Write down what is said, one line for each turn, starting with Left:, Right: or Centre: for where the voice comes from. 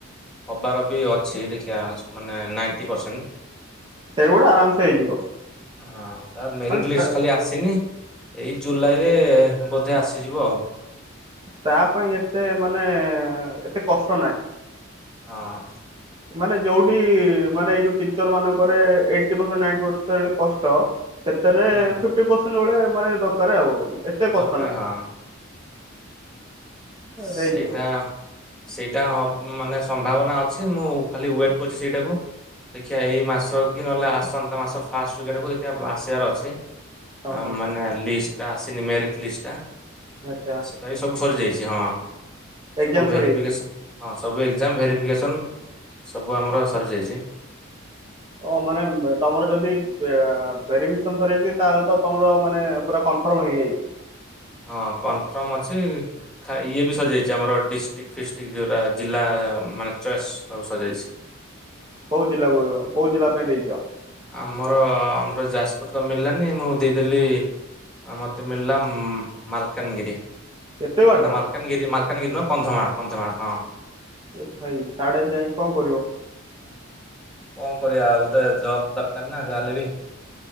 Centre: ହବାର ବି ଅଛି ଦେଖିବା ମାନେ ନାଇ ଏଟି ପର୍ସେଣ୍ଟ
Right: ସେଇଗୁଡା ଆରାମସେ ହେଇଯିବ
Centre: ହଁ ତା ମେରିଟ୍
Right: ମାନେ
Centre: ଲିଷ୍ଟ
Right: ତା
Centre: ଖାଲି ଆସି ଆସିନି ଏଇ ଜୁଲାଇରେ ବୋଧେ ଆସିଯିବ ଆଉ।
Right: ତା ପାଇଁ ଏତେ ମାନେ ଏତେ କଷ୍ଟ ନହିଁ।
Centre: ହଁ।
Right: ମାନେ ଯୋଉଠି ମାନେ ଏଇ ଯୋଉ ଟିଚର ମାନଙ୍କରେ ଏଇଟି ପରସେଣ୍ଟ ନାଇଟି ପରସେଣ୍ଟ କଷ୍ଟ। ସେଥେରେ
Centre: ହୁଁ ହୁଁ
Right: ଫିପିଟି ପରସେଣ୍ଟ ଭଲଆ ମାନେ ଦରକାର ଆଉ। କଷ୍ଟ
Centre: ଦରକାରେ
Right: ନାହିଁ।
Centre: ହଁ। ସେଇଟା
Right: ହେଇଯିବ।
Centre: ସେଇଟା ମାନେ ସମ୍ଭାବନା ଅଛି ମୁଁ ଖାଲି ୱେଟ କରୁଛି ସେଇଟାକୁ। ଦେଖିବା ଏଇ ମାସ କି ନହେଲେ ଆସନ୍ତା ମାସ ଫାଷ୍ଟ ଉଇକି ଆଡକୁ ଦେଖିବା ଆସିବାର ଅଛି।
Right: ଓହୋ
Centre: ଆ ମାନେ ଲିଷ୍ଟ ଟା ଆସିନି ମେରିଟ୍ ଲିଷ୍ଟ ଟା।
Right: ଆଚ୍ଛା।
Centre: ତାରି ସବୁ ସରିଯାଇଛି ହଁ
Right: ଏକ୍ଜାମ
Centre: ସବୁ ଭେରିଫିକେସନ୍।
Right: ସରିଯାଇଛି।
Centre: ହଁ ସବୁ ଏଗଜ୍ମା ଭେରିଫିକେସନ୍ ସବୁ ଆମର ସରି ଯାଇଛି।
Right: ଓ ମାନେ ତମର ଯଦି। ଭେରିଫିକସନ୍ ସରିଯାଇଛି ତାହେଲେ ତ ତମର ମାନେ ପୁରା କନଫ୍ରମ୍ ହେଇଯାଇଛି।
Centre: ହଁ କନ୍ଫର୍ମ ଅଛି। ଖା ଇଏ ବି ସରିଯାଇଛି ଆମର ଡିଷ୍ଟ୍ରିକ୍ଟ ଫିଷ୍ଟ୍ରିକ୍ ଯୋଉଁଗୁରା ଜିଲ୍ଲା ମାନେ ଚଏସ୍ ସବୁ ସରିଯାଇଛି।
Right: କୋଉ ଜିଲ୍ଲା କୁ କୋଉ ଜିଲ୍ଲା ପାଇଁ ଦେଇଛ।
Centre: ଆମର ଆମର ଯାଜପୁର ତ ମିଳିଲାନି ମୁଁ ଦେଇଦେଲି। ଆ ମତେ ମିଳିଲ ମାଲକାନଗିରି। ନା
Right: ଏତେ ବାଟ
Centre: ନା ମାଲକାନାଗିରି ମାଲକାନାଗିରି ନୁହଁ କନ୍ଧମାଳ କନ୍ଧମାଳ ହଁ।
Right: ଏ ଭାଇ ସାଢ଼େ ଯାଇ କଣ କରିବ?
Centre: କଣ କରିବା ଆଉତ ଜବ୍ ଦରକାର ନା ଯାହାହେଲେ ବି।